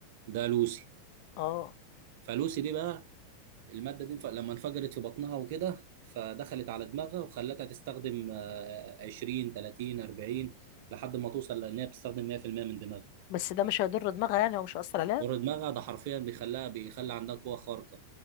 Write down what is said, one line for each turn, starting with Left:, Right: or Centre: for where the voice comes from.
Right: ده لوسي
Left: اه
Right: فلوسي دي بقى المادة دي انف- لما انفجرت في بطنها وكده فدخلت على دماغها وخلتها تستخدم آه، 20 30 40 لحد ما توصل لان هي بتستخدم 100% من دماغها
Left: بس ده مش هيضر دماغها يعني او مش هيأثر عليها
Right: دور دماغها ده حرفيا بيخليها بيخلي عندها قوة خارقة